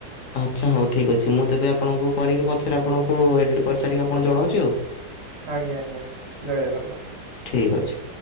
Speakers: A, on the left (about 65°); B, on the right (about 50°).
A: ଆଚ୍ଛା ହଉ ଠିକ୍ ଅଛି ମୁଁ ତେବେ ଆପଣଙ୍କୁ କରିକି ପଛରେ ଆପଣଙ୍କୁ ଏଡ଼ିଟ୍ କରିସାରିକି ଆପଣଙ୍କୁ ଜଣଉଛି ଆଉ।
B: ଆଜ୍ଞା ଆଜ୍ଞା ଜୟ ଜଗନ୍ନାଥ।
A: ଠିକ ଅଛି।